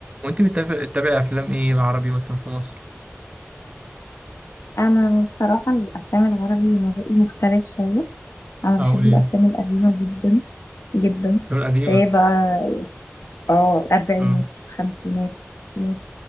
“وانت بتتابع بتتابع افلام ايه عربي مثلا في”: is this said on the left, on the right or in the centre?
Right